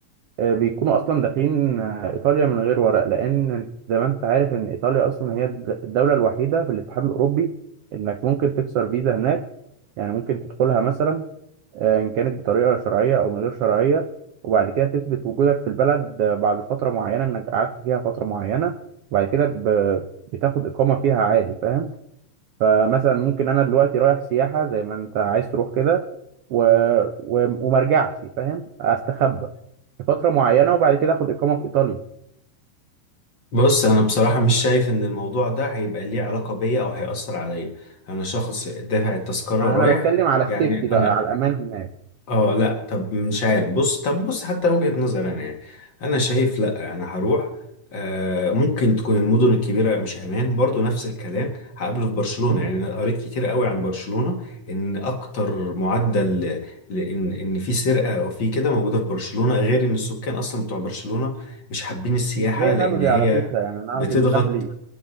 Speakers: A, on the right (about 85°); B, on the left (about 50°).
A: آه، بيكونوا اصلا داخلين آه، ايطاليا من غير ورق لان انت زي ما انت عارف ان ايطاليا اصلا هي الد- الدوله الوحيده في الاتحاد الاوروبي انك ممكن تكسر فيزا هناك يعني ممكن تدخلها مثلا آه، ان كانت بطريقه شرعيه او من غير شرعيه وبعد كده تثبت وجودك في البلد آه، بعد فتره معينه انك قعدت فيها فتره معينه وبعد كده ب- بتاخد اقامه فيها عادي فاهم فمثلا ممكن انا دلوقتي رايح سياحه زي ما انت عايز تروح كده و... و... وما ارجعش فاهم استخبى لفتره معينه وبعد كده اخد اقامه في ايطاليا
B: بص انا بصراحة مش شايف ان الموضوع ده هيبقى ليه علاقة بيا او هيأثر عليا انا شخص دافع التذكرة
A: انا
B: رايح
A: بتكلم على
B: يعني
A: السيفتي
B: انا
A: بقى على الامان هناك
B: اه لا طب مش عارف بص طب بص حتى وجهة نظر انا يعني انا شايف لا انا هروح آه ممكن تكون المدن الكبيرة مش امان برضو نفس الكلام هقابله في برشلونة
A: مم.
B: يعني انا قريت كتير قوي عن برشلونة ان اكتر معدل ل- لان ان في سرقة او في كده موجودة في برشلونة غير ان السكان اصلا بتوع برشلونة مش حابين السياحة
A: مش زي
B: لان
A: نابولي
B: هي
A: على فكره يعني انا اعرف
B: بتضغط
A: ان نابولي